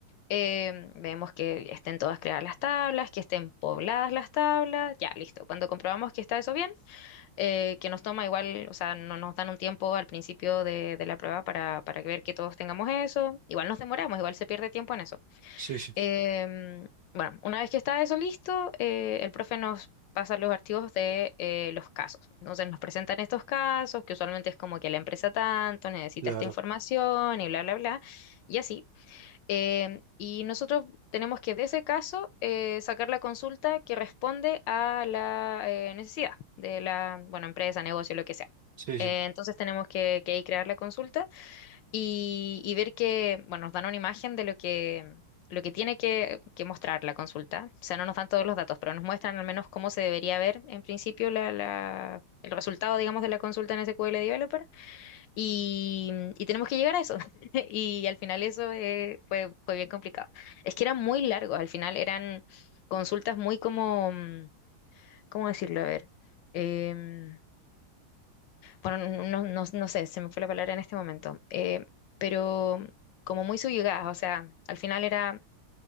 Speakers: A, on the left; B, on the right.
A: eh, vemos que estén todas creadas las tablas, que estén pobladas las tablas, ya, listo. Cuando comprobamos que está eso bien, eh, que nos toma igual, o sea, no nos dan un tiempo al principio de, de la prueba para, para ver que todos tengamos eso. Igual nos demoramos, igual se pierde tiempo en eso.
B: sí, sí,
A: Em, bueno, una vez que está eso listo, eh, el profe nos pasa los archivos de eh, los casos. Entonces nos presentan estos casos, que usualmente es como que la empresa tanto necesita
B: claro,
A: esta información y bla, bla, bla. Y así. Em, y nosotros tenemos que, de ese caso, eh, sacar la consulta que responde a la eh, necesidad de la, bueno, empresa, negocio, lo que sea.
B: sí,
A: Eh,
B: sí.
A: entonces tenemos que, que ahí crear la consulta y, y ver que, bueno, nos dan una imagen de lo que, lo que tiene que, que mostrar la consulta. O sea, no nos dan todos los datos, pero nos muestran al menos cómo se debería ver en principio la, la- el resultado, digamos, de la consulta en SQL Developer. Y, y tenemos que llegar a eso. <laughs> Y al final eso eh, fue, fue bien complicado. Es que eran muy largos, al final eran consultas muy como, mm, ¿cómo decirlo? A ver, em, bueno, no, no, no no sé, se me fue la palabra en este momento, eh, pero como muy subyugadas, o sea, al final era